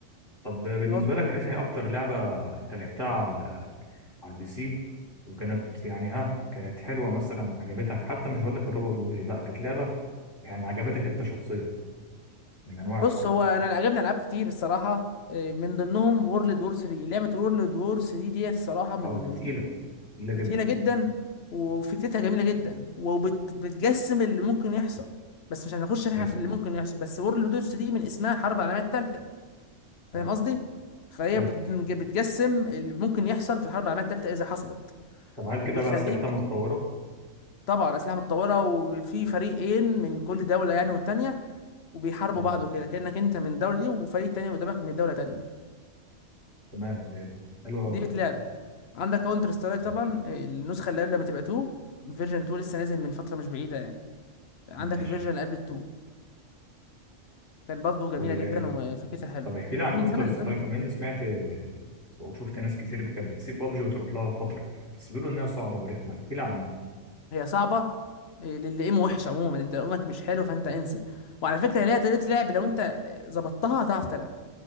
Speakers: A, on the left; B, on the left.
A: طب بالنسبة
B: دي برضه
A: لك انهي
B: مش حلو
A: اكتر لعبة انت لعبتها على على البي سي وكانت يعني ها كانت حلوة مثلا عجبتك حتى مش بقول لك الروبر بلوبجي لا كانت لعبة يعني عجبتك انت شخصيا من انواع
B: بص
A: الحرب
B: هو انا عجبني العاب كتير الصراحه إيه، من ضمنهم وورلد وور 3 لعبه وورلد وور 3 ديت الصراحه من
A: او دي تقيلة تقيلة
B: تقيلة
A: جدا
B: جدا وفكرتها جميلة جدا وبتجسم اللي ممكن يحصل بس مش هنخش احنا
A: حلو
B: في اللي ممكن يحصل بس وورلد وورز دي من اسمها الحرب العالمية التالتة فاهم
A: تمام
B: قصدي؟ فهي
A: فاهم
B: بت- بتجسم اللي ممكن يحصل في الحرب العالمية التالتة إذا حصلت
A: طب هل كده
B: وبتخليك
A: بقى اسلحتها متطورة
B: طبعا أسلحة متطورة وفي فريقين من كل دولة يعني والتانية وبيحاربوا
A: تمام
B: بعض وكده كأنك أنت من الدولة دي وفريق تاني قدامك من دولة تانية
A: تمام فاهم حلو قوي
B: دي بتلعب عندك كاونتر سترايك طبعا
A: ماشي
B: النسخة اللي قبل ما تبقى 2 فيرجن 2 لسه نازل من فترة مش بعيدة يعني عندك
A: ماشي
B: الفيرجن اللي قبل التو كانت برضه جميله
A: و...
B: جدا وفكرتها حلوه
A: طب احكي لي عن
B: من
A: كونتر
B: زمن
A: سترايك
B: زمن طبعا
A: كمان سمعت وشفت ناس كتير كانت بتسيب بابجي وتروح لها فترة بس بيقولوا انها صعبة ورخمة احكي لي عنها
B: هي صعبه إيه، للي ايمو وحش عموما انت ايمك مش حلو فانت انسى وعلى فكره هي ليها طريقه لعب لو انت ظبطتها هتعرف تلعب